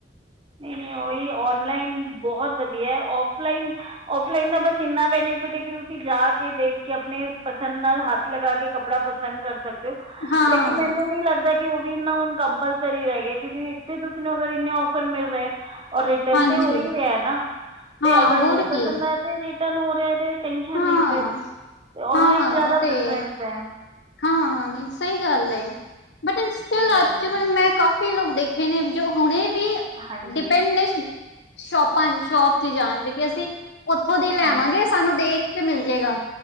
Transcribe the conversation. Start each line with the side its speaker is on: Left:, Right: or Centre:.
Right: ਨਈ-ਨਈ ਓਹੀ ਔਨਲਾਈਨ ਬੋਹਤ ਵਧੀਆ ਔਫਲਾਈਨ ਓਫਲਾਈਨ ਦਾ ਬਸ ਇੰਨਾ ਬੈਨੀਫਿਟ ਹੈ ਕਿ ਤੁਸੀਂ ਜਾ ਕੇ ਦੇਖ ਕੇ ਆਪਣੇ ਪਸੰਦ ਨਾਲ ਹੱਥ ਲਗਾ ਕੇ ਕੱਪੜਾ ਪਸੰਦ ਕਰ ਸਕਦੇ ਹੋ
Left: ਹਾਂ,
Right: ਲੇਕਿਨ ਮੈਨੂੰ ਨੀ ਲੱਗਦਾ ਕਿ ਉਹ ਵੀ ਇਨਾ ਹੁਣ ਕੰਪਲਸਰੀ ਰਹਿ ਗਿਆ ਕਿਉਂਕਿ ਇੱਥੇ ਤੁਸੀਂ ਨੂੰ ਅਗਰ ਇੰਨੇ ਔਫਰ ਮਿਲ ਰਹੇ ਔਰ ਰਿਟਰਨ
Left: ਹਾਂਜੀ
Right: ਤੇ ਹੋ ਹੀ ਰਿਹਾ ਨਾ
Left: ਹਾਂ
Right: ਤੇ ਅਗਰ
Left: ਹੋਰ
Right: ਨਹੀ ਪਸੰਦ
Left: ਕੀ
Right: ਹੈ ਤੇ ਰਿਟਰਨ ਹੋ ਰਿਹਾ ਤੇ ਟੈਂਸ਼ਨ
Left: ਹਾਂ,
Right: ਨਈ ਫੇਰ ਔਨਲਾਈਨ
Left: ਹਾਂ
Right: ਜਾਦਾ
Left: ਉਹ
Right: ਪ੍ਰੀਫਰੈਂਸ
Left: ਤੇ
Right: ਹੈ।
Left: ਹਾਂ ਨਈ ਸਹੀ ਗੱਲ ਏ ਬਟ ਇਨ ਸਟਿਲ
Right: ਇਹ ਗੱਲ
Left: ਅੱਜ
Right: ਹੈ
Left: ਮੈਂ ਕਾ ਫੀ ਲੋਕ ਦੇਖੇ ਨੇ ਜੋ ਹੁਣੇ ਵੀ
Right: ਹਾਂਜੀ
Left: ਡਿਪੈਂਡ ਨੇ ਸ਼ੋਪ ਹਾਂਜੀ ਸ਼ੋਪ ਚ ਜਾਣ ਚ ਕੇ ਅਸੀਂ ਉਥੋਂ ਦੀ ਲੈਵਾਂਗੇ
Right: ਹਾਂਜੀ
Left: ਸਾਨੂੰ ਦੇਖ ਕੇ ਮਿਲ ਜੇਗਾ।